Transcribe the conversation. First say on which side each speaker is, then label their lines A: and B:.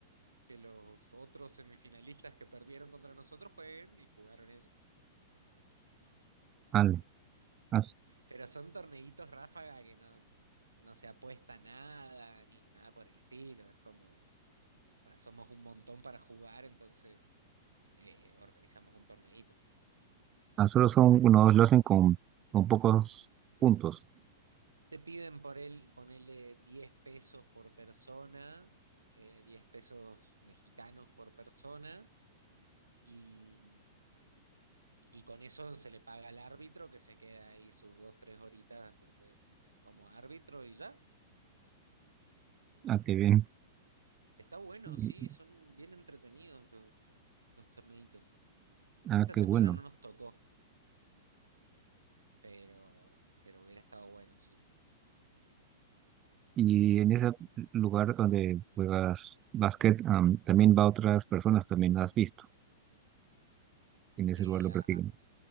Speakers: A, on the right; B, on the right.
A: que los otros semifinalistas que perdieron contra nosotros jueguen y jugaron ellos.
B: Ah, ah,
A: Pero son torneitos ráfaga que no, no se apuesta nada ni nada por el estilo, es como pues, somos un montón para jugar, entonces eh, organizamos un torneito.
B: ah, solo son unos, lo hacen con, con pocos puntos.
A: Te piden por él, ponerle 10 pesos por persona, eh, 10 pesos mexicanos por persona, y, y con eso se le paga al árbitro que se queda ahí sus dos, tres horitas de- como árbitro y ya.
B: Ah, qué bien.
A: Está bueno,
B: Y-
A: sí, son bien entretenidos los, los torneitos.
B: Ah,
A: Esta
B: qué
A: semana
B: bueno.
A: no nos tocó, pero, pero hubiera estado bueno, sí.
B: Y en ese lugar donde juegas básquet, am, también va otras personas, también las has visto. En ese
A: Eh,
B: lugar lo
A: a-
B: practican.